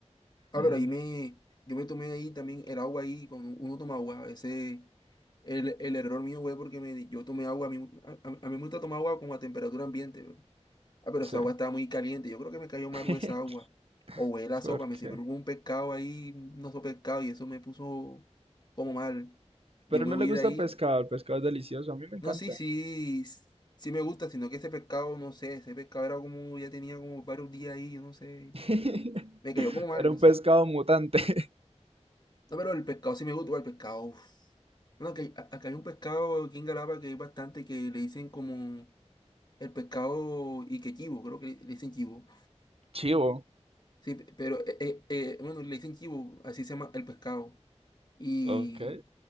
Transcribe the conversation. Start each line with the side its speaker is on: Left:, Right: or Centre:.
Left: Ah,
Right: Mm,
Left: pero ahí me, yo me tomé ahí también el agua ahí, cuando uno toma agua, ese, el, el error mío, güey, porque me, yo tomé agua, a mí, a, a a mí me gusta tomar agua como a temperatura ambiente, pero, ah, pero
Right: sí.
Left: esa agua estaba muy caliente, yo creo que me cayó mal,
Right: <laughs>
Left: güey, esa agua, o güey, la
Right: ¿Por
Left: sopa, me
Right: qué?
Left: sirvió un pescado ahí, un oso pescado, y eso me puso como mal, yo
Right: Pero no
Left: me huí
Right: le gusta
Left: de ahí,
Right: el pescado, el pescado es delicioso, a mí me encanta.
Left: no, sí, sí, s- sí me gusta, sino que ese pescado, no sé, ese pescado era como, ya tenía como varios días ahí, yo no sé,
Right: <laughs>
Left: me cayó como mal,
Right: Era
Left: no
Right: un
Left: sé.
Right: pescado mutante. <laughs>
Left: No, pero el pescado sí me gusta, el pescado. uf. Bueno, acá hay, a- acá hay un pescado aquí en Galapa que hay bastante que le dicen como el pescado y que chivo, creo que le, le dicen chivo.
Right: Chivo.
Left: Sí, pe- pero eh, eh, eh, bueno, le dicen chivo, así se llama el pescado. Y
Right: Ok.